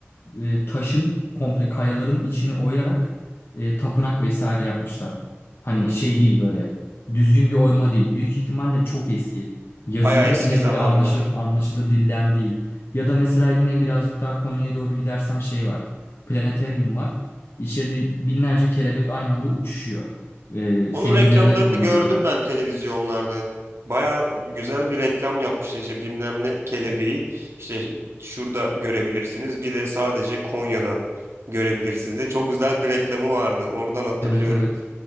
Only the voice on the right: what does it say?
Hmm.
Bayağı eski
zamanlar.
Onun reklamlarını
gördüm ben televizyonlarda. Baya güzel bir reklam yapmışlar işte bilmem ne kelebeği işte şurada görebilirsiniz bir de sadece Konya'da görebilirsiniz de çok güzel bir reklamı vardı oradan hatırlıyorum.